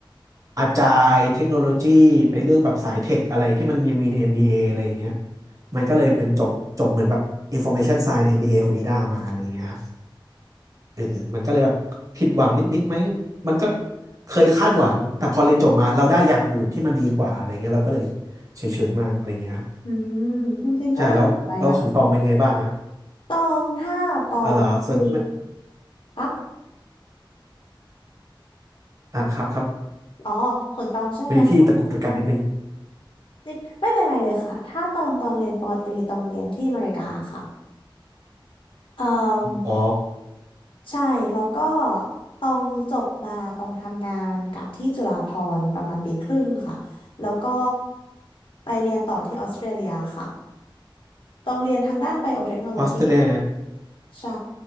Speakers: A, on the right; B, on the left.
A: อาจารย์เทคโนโลยีไปเลือกแบบสายเทคอะไรที่มันยังมีใน MBA อมบีเออะไรอย่างเงี้ยมันก็เลยเป็นจบจบเหมือนแบบ Information Science ในเอ็มบีเอของนิด้ามาอะไรอย่างเงี้ยครับเออเออมันก็เลยแบบผิดหวังนิดๆไหมมันก็เคยคาดหวังแต่พอเรียนจบมาเราได้อย่างอื่นที่มันดีกว่าอะไรเงี้ยเราก็เลยเฉยๆมากอะไรเงี้ยครับ
B: อืมจริงๆก็น่าสนใจนะคะ
A: ใช่แล้วแล้วของตองเป็นไงบ้างอะ
B: ตองถ้าปอตรี
A: อะไรส่วน
B: คะ
A: อ่าครับครับ
B: อ๋อของตองใช่ไหมคะตอน
A: พอดีพี่ตะกุกตะกักนิดนึง
B: นิดไม่เป็นไรเลยค่ะถ้าตอนตองเรียนปอตรีตองเรียนที่อเมริกาค่ะเอ่ม
A: อ๋อ
B: ใช่แล้วก็ตองจบมาตองทำงานกับที่จุฬาภรณ์ประมาณปีครึ่งค่ะแล้วก็ไปเรียนต่อที่ออสเตรเลียค่ะตองเรียนทางด้านไบโอเทคโนโลยี
A: ออสเตรเลีย
B: ใช่